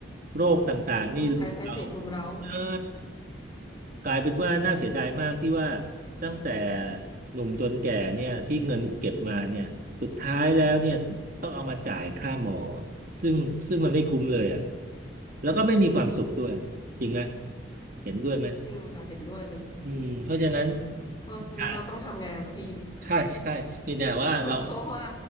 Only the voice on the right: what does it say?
โรคต่างๆนี่รุมเรา
ใช่กลายเป็นว่าน่าเสียดายมากที่ว่าตั้งแต่หนุ่มจนแก่เนี่ยที่เงินเก็บมาเนี่ย สุดท้ายแล้วเนี่ยต้องเอามาจ่ายค่าหมอซึ่งซึ่งมันไม่คุ้มเลยอ่ะแล้วก็ไม่มีความสุขด้วยจริงไหมเห็นด้วยไหม
อืมเพราะฉะนั้น
ใช่ใช่เพียงแต่ว่าเรา